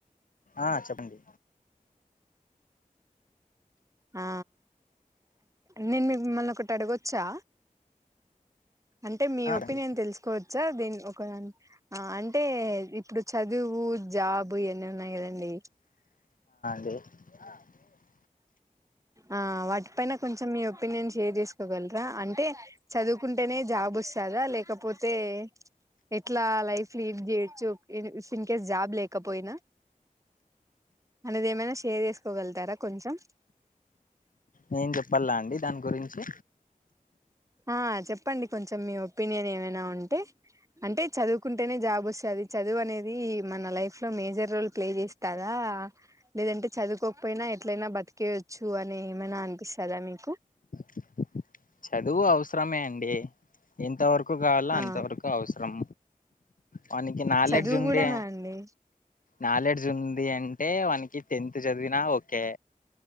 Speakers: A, on the left (about 65°); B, on the right (about 20°).
A: ఆ చెప్పండి
B: ఆ నేను మిమ్మల్ని ఒకటి అడుగొచ్చా అంటే మీ
A: ఆ
B: ఒపీనియన్
A: అండి
B: తెలుసుకోవచ్చా దీని ఒక అంటే ఇప్పుడు చ చదువు జాబ్ అన్ని ఉన్నాయి కదండి
A: <unintelligible>
B: ఆ వాటి పైన కొంచెం మీ ఒపీనియన్ షేర్ చేసుకోగలరా అంటే చ చదువుకుంటేనే జాబ్ వస్తదా లేకపోతే ఎట్లా లైఫ్ లీడ్ చేయొచ్చు, ఇ ఇన్ కేస్ జాబ్ లేకపోయినా అనేది ఏమైనా షేర్ చేసుకోగలుతారా, కొంచెం
A: నేను చెప్పాల అండి దాని గురించి
B: ఆ చెప్పండి కొంచెం మీ ఒపీనియన్ ఏమైనా ఉంటే అంటే చదువుకుంటేనే జాబ్ వస్తాది చదువు అనేది మన లైఫ్ లో మేజర్ రోల్ ప్లే చేస్తారా లేదంటే చదువుకోకపోయినా ఎట్లైనా బతికేయవచ్చు అని ఏమైనా అనిపిస్తాదా మీకు
A: <unintelligible> చదువు అవసరమే అండి ఇంతవరకు కావాలో
B: ఆ
A: అంతవరకు అవసరం వానికి నాలెడ్జ్
B: చదువు
A: ఉండే
B: కూడానా అండి
A: నాలెడ్జ్ ఉంది అంటే వానికి టెన్త్ చదివినా ఒకే